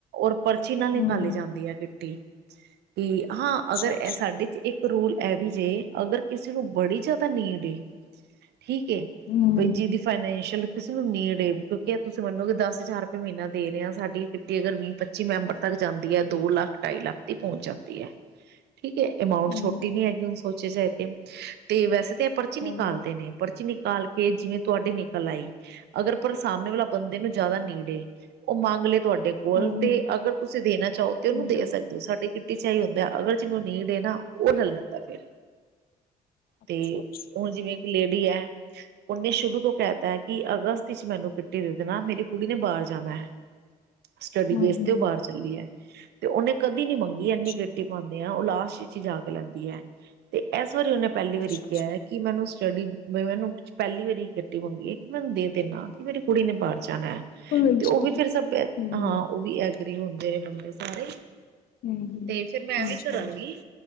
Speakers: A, on the right; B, on the left.
A: ਔਰ ਪਰ ਨਾਲੇ
B: ਹਮ
A: ਖਾਲੀ ਜਾਂਦੀ ਆ ਕਿੱਟੀ, ਕਿ ਹਾਂ
B: ਅੱਛਾ
A: ਅਗਰ
B: ਅੱਛਾ
A: ਏਹ ਸਾਡੇ 'ਚ ਇੱਕ ਰੂਲ ਐ ਵੀ ਜੇ ਅਗਰ ਕਿਸੇ ਨੂੰ ਬੜੀ ਜੇਆਦਾ ਨੀਂਡ ਏ, ਠੀਕ ਏ।
B: ਹਮ
A: ਬਈ ਜੀਦੀ ਫਾਈਨੈਂਸ਼ੀਅਲ ਕਿਸੇ ਨੂੰ ਨੀਂਡ ਏ, ਕਿਉਂਕਿ ਤੁਸੀਂ ਮੰਨੋ ਗੇ ਦਸ ਹਜ਼ਾਰ ਰੁਪਏ ਮਹੀਨਾ ਦੇ ਰੇ ਆਂ ਸਾਡੀ ਅਗਰ ਵੀਹ-ਪੱਚੀ ਮੈਂਬਰ ਤੱਕ ਜਾਂਦੀ ਐ ਦੋ ਲੱਖ ਢਾਈ ਲੱਖ ਦੀ ਪਹੁੰਚ ਜਾਂਦੀ ਐ, ਠੀਕ ਹੈ ਅਮਾਊਂਟਂ
B: ਹਮ
A: ਛੋਟੀ ਨੀ ਹੈਗੀ ਹੁਣ ਸੋ ਸੋਸਾਇਟੀ, ਤੇ ਵੈਸੇ ਤੇ ਐ ਪਰਚੀ ਨਿਕਾਲਦੇ
B: ਹਮ
A: ਨੇ। ਪਰਚੀ ਨਿਕਾਲ ਕੇ, ਜਿਵੇਂ ਤੁਆਡੀ ਨਿਕਲ ਆਈ। ਅਗਰ ਪਰ ਸਾਹਮਣੇ ਵਾਲਾ ਬੰਦੇ ਨੂੰ ਜੇਆਦਾ ਨੀਂਡ ਏ ਓਹ ਮੰਗ ਲੇ। ਤੁਹਾਡੇ ਕੋਲ
B: ਹਮ
A: ਤੇ
B: ਹਮ
A: ਅਗਰ ਤੁਸੀਂ ਦੇਣਾ ਚਾਹੋ ਤੇ ਉਨੂੰ
B: ਹਮ
A: ਦੇ ਸਕ ਸਾਡੀ ਕਿੱਟੀ 'ਚ ਏਹੀ ਹੁੰਦਾ ਐ ਅਗਰ ਜਿਨੂੰ ਨੀਂਡ ਏ ਨਾ, ਓਹ ਲੈ ਲੈਂਦਾ ਫੇਰ
B: ਅੱਛਾ
A: ਤੇ
B: ਅੱਛਾ
A: ਹੁਣ ਜਿਵੇਂ ਇੱਕ ਲੇਡੀ ਐ। ਓਹਨੇ ਸ਼ੁਰੂ ਤੋਂ ਕੈਹਤਾ ਕਿ ਅਗਸਤ ਵਿੱਚ ਮੈਨੂੰ ਕਿੱਟੀ ਦੇ ਦੇਣਾ, ਮੇਰੀ ਕੁੜੀ ਨੇ ਬਾਰ ਜਾਣੈ। ਸਟੱਡੀ
B: ਹਮ
A: ਬੇਸ
B: ਹਮ
A: ਤੇ ਓ ਬਾਰ ਚੱਲੀ ਐ, ਤੇ ਓੱਨੇ ਕਦੀ ਨੀ ਮੰਗੀ ਏੱਨੀ
B: ਅੱਛਾ
A: ਕਿੱਟੀ ਪਾਂਦੀ। ਹਾਂ ਉਹ ਲਾਸਟ ਵਿੱਚ ਹੀ ਜਾ ਕੇ ਲੈਂਦੀ ਐ, ਤੇ ਐਸ ਵਾਰੀ ਓਹਨੇ ਪੈਹਲੀ ਵਾਰੀ
B: ਅੱਛਾ ਅੱਛਾ
A: ਕੇਆ ਕੀ ਕੀ ਮੈਨੂੰ ਸਟੱਡੀ, ਵੇ ਮੈਨੂੰ ਪੈਹਲੀ ਵਾਰੀ ਕਿੱਟੀ ਮੰਗੀ ਏ, ਕਿ ਮੈਨੂੰ ਦੇ ਦੇਂਨਾ ਕਿ ਮੇਰੀ ਕੁੜੀ ਨੇ ਬਾਰ ਜਾਣਾ।
B: ਹਾਂਜੀ
A: ਤੇ ਓਹ ਵੀ ਫਿਰ ਸਭ
B: ਹਮ
A: ਹਾਂ ਓਹ ਵੀ ਐਗਰੀ ਹੁੰਦੇ ਰਹੇ ਬੰਦੇ ਸਾਰੇ
B: ਹਮ ਹਮ
A: ਤੇ ਫਿਰ ਮੈਂ
B: ਹਾਂਜੀ
A: ਐਂਵੇ ਕਰਾਂਗੀ।
B: ਹਾਂਜੀ